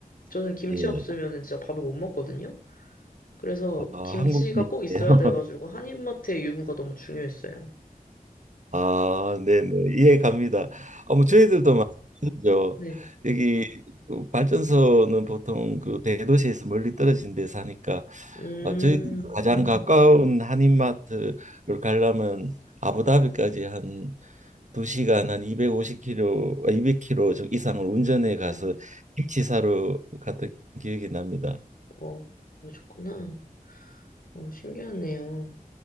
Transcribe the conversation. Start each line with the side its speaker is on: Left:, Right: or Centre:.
Left: 저는 김치
Right: 예.
Left: 없으면은 진짜 밥을 못 먹거든요. 그래서
Right: 아,
Left: 김치가
Right: 한국이에요.
Left: 꼭 있어야 돼가지고 한인마트의 유무가 너무 중요했어요.
Right: 아, 네네. 이해 갑니다. 어, 뭐 저희들도 마찬가지죠.
Left: 네.
Right: 여기 그 발전소는 보통 그 대도시에서 멀리 떨어진 데 사니까
Left: 음,
Right: 아, 저희 가장 가까운 한인마트를 가려면 아부다비까지 한 두시간한 250km, 아, 200km 정- 이상을 운전해 가서
Left: 어,
Right: 김치 사러 갔던 기억이 납니다.
Left: 어, 그러셨구나. 어, 신기하네요.